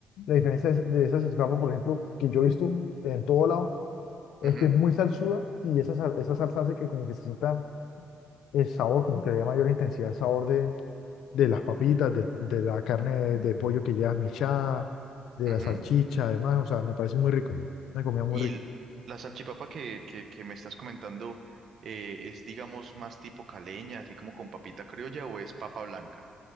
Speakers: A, on the left; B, on the right.
A: la diferencia es- de esa salchipapa, por ejemplo, que yo he visto en todo lado, es
B: Ujú,
A: que es muy salsuda y esa, sal- esa salsa hace que como que se sienta el sabor, como que le da mayor intensidad al sabor de, de las papitas, del- de, la carne de pollo que llevas michada, de
B: ujú.
A: la salchicha, además, o sea, me parece muy rico, una comida muy
B: Y
A: rica.
B: l- la salchipapa que, que, que me estás comentando eh, es, digamos, más tipo caleña, así como con papita criolla o es papa blanca.